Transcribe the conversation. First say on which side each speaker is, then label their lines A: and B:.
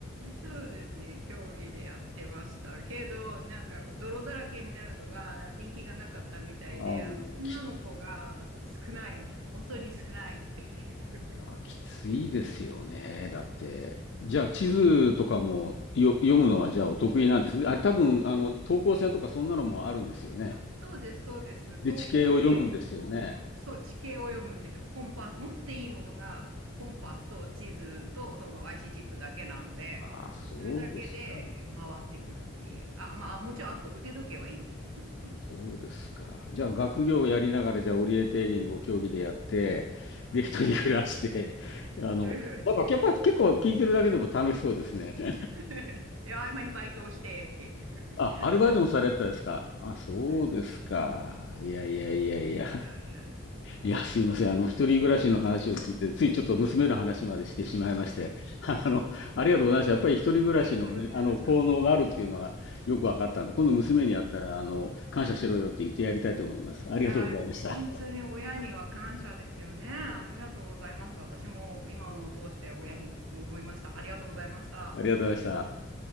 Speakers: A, on the right; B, on the left.
A: そうですね、競技でやってましたけど、なんか泥だらけになるのが人気がなかったみたいで、
B: あーき、
A: あの、女の子が少ない、本当に少ないっていう
B: あ、きついですよね。だって。じゃあ、地図とかもよ読むのはじゃあお得意なんですね。あれ多分、あの、等高線とかそんなのもあるんですよね。
A: そうです、そうです。等高線を、
B: 理地系を読むんですよね。
A: そう、地形を読むんですよ。コンパス、持っていいものがコンパスと地図とその IC チップだけなので、
B: ああ、そうですか。
A: それだけで回ってくるっていう。あ、まあ、もちろん、あと腕時計はいいんですけどね。うん。
B: そうですか。じゃあ、学業をやりながら、
A: こんな感じで
B: じゃあ、オリエンテーリングを競技でやって、
A: あって、
B: で、一人暮らして、<laughs> あの、
A: 一人暮らしで。
B: なんか、やっぱ結構聞いてるだけでも楽しそうですね。<laughs>
A: <laughs> で、合間にバイトをしてっていう、
B: あ、アルバイトもされてたですか。
A: <laughs> これやってました。
B: あ、そうですか。
A: そうですね。
B: いやいやいやいや。
A: いやいやいや。い
B: いや、すいません。あの、一人暮らしの話を聞いて、ついちょっと娘の話までしてしまいまして、<laughs> あの、
A: や
B: ありがとうございました。やっぱり一人暮らしのね、
A: ありがとうございました。
B: あの、効能があるっていうのはよく分かったんで、今度娘に会ったら、
A: うん
B: あの、感謝しろよって言ってやりたいと思います。ありがとうございました。
A: いやー、本当に親には感謝ですよね。ありがとうございます。私も今のを通して親に思いました。ありがとうございました。
B: ありがとうございました。